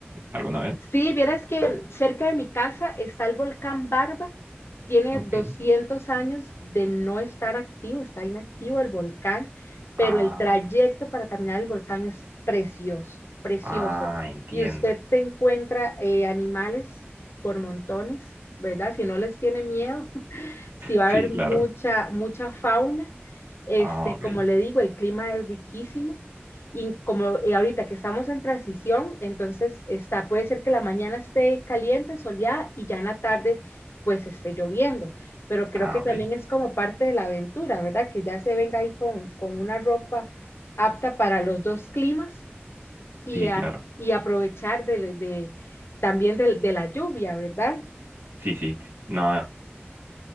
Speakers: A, on the right; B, on the left.
A: alguna vez?
B: Sí, vieras que cerca de mi casa está el volcán Barba. Tiene
A: Ok.
B: 200 años de no estar activo, está inactivo el volcán, pero
A: Ah,
B: el trayecto para caminar el volcán es precioso, precioso.
A: ah, entiendo.
B: Y usted se encuentra eh, animales por montones, ¿verdad? Si no les tiene miedo, sí va
A: Sí,
B: a haber
A: claro.
B: mucha, mucha fauna. Este,
A: Ah, ok.
B: como le digo, el clima es riquísimo y como eh, ahorita que estamos en transición, entonces está, puede ser que la mañana esté caliente, soleada y ya en la tarde pues esté lloviendo, pero creo
A: Ah,
B: que
A: ok.
B: también es como parte de la aventura, ¿verdad? Que ya se venga ahí con, con una ropa apta para los dos climas y,
A: Sí,
B: a,
A: claro.
B: y aprovechar de, de también de, de, la lluvia, ¿verdad?
A: Sí, sí. No,